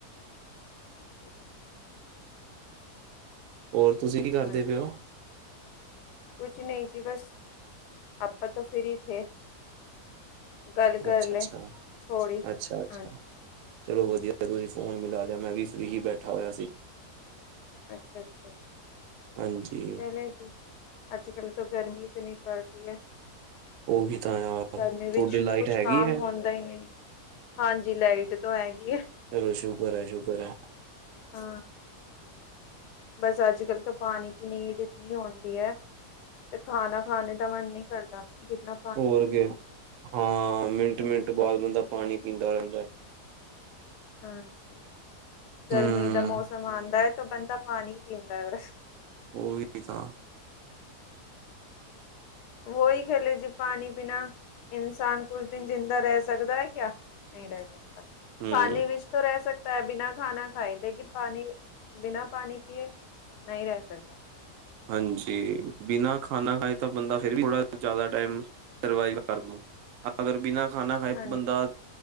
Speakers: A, on the left (about 85°); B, on the right (about 70°).
A: ਅੱਛਾ ਜੀ, ਅੱਛਾ ਠੀਕ ਐ ਜੀ। ਠੀਕ
B: ਹੋਰ ਤੁਸੀਂ ਕੀ
A: ਹੈ
B: ਕਰਦੇ
A: ਹਾਂਜੀ।
B: ਪਏ ਓ?
A: ਕੁਛ ਨਹੀਂ ਜੀ, ਬਸ ਆਪਾਂ ਤੋਂ ਫਰੀ ਥੇ। ਗੱਲ ਕਰ
B: ਅੱਛਾ
A: ਲੈ
B: ਅੱਛਾ
A: ਥੋ੍ਹੀ
B: ਅੱਛਾ ਅੱਛਾ
A: ਹਾਂਜੀ।
B: ਚਲੋ ਵਧੀਆ ਤੁਸੀਂ ਫੋਨ ਮ ਲ ਲਿਆ ਮੈਂ ਵੀ ਫਰੀ ਈ ਬੈਠਾ ਹੋਇਆ ਸੀ।
A: ਅੱਛਾ, ਅੱਛਾ ਜੀ
B: ਹਾਂਜੀ
A: ਚਲ ਜੀ ਅੱਜ ਕਲ ਤਾਂ ਗਰਮੀ ਤੇ ਨੀ ਪੜ ਰਹੀ ਐ।
B: ਉਹੀ ਤਾਂ ਯਾਰ
A: ਗਰਮੀ ਵਿੱਚ
B: ਤੁਹਾਡੀ ਲਾਈਟ
A: ਕੁਛ
B: ਹੈਗੀ
A: ਕਾਮ
B: ਹੈ
A: ਹੁੰਦਾ ਈ ਨੀ ਹਾਂਜੀ ਲਾਈਟ ਤੋਂ ਹੈਗੀ ਆ।
B: ਚਲੋ ਸ਼ੁਕਰ ਐ, ਸ਼ੁਕਰ ਐ।
A: ਹਾਂ ਬਸ ਅੱਜ-ਕੱਲ ਪਾਣੀ ਕੀ ਨੀਂਡ ਇਤਨੀ ਹੁੰਦੀ ਐ, ਤੇ ਖਾਣਾ ਖਾਣੇ ਦਾ ਮਨ ਨਹੀਂ ਕਰਦਾ ਜਿੰਨਾ
B: ਹੋਰ ਕਿ ਹਾਂ ਮਿੰਟ-ਮਿੰਟ ਬਾਅਦ ਬੰਦਾ ਪਾਣੀ ਪੀਂਦਾ ਰਹਿੰਦਾ।
A: ਹਾਂਜੀ, ਗਰਮੀ
B: ਹਮ
A: ਦਾ ਮੌਸਮ ਆਦਾ ਐ ਤਾਂ ਬੰਦਾ ਪਾਣੀ ਪੀਂਦਾ ਐ ਬਸ।
B: ਓ ਈ ਤਾਂ
A: ਵਹੀ ਖਲੇ ਜੀ ਪਾਣੀ ਬਿਨਾ ਇਨਸਾਨ ਕੁਛ ਦਿਨ ਜਿੰਦਾ ਰਹਿ ਸਕਦਾ ਹੈ ਕਿਆ? ਨਈ ਰਹਿ ਸਕਦਾ
B: ਹਮ
A: ਖਾਣੇ ਵਿੱਚ ਰਹਿ ਸਕਤਾ, ਬਿਨਾਂ ਖਾਨਾ ਖਾਏ ਲੇਕਿਨ ਪਾਣੀ ਬਿਨਾਂ ਪਾਣੀ ਪੀਏ ਨਈ ਰਹਿ ਸਕਦਾ।
B: ਹਾਂਜੀ, ਬਿਨਾਂ ਖਾਣਾ ਖਾਏ ਤਾਂ ਬੰਦਾ ਫੇਰ ਵੀ ਥੋੜਾ ਜ਼ਿਆਦਾ ਟਮ ਸਰਵਾਵ ਕਰਦ ਅਗਰ ਬਿਨਾਂ ਖਾਣਾ ਖਏ
A: ਹਾਂਜੀ।
B: ਬੰਦਾ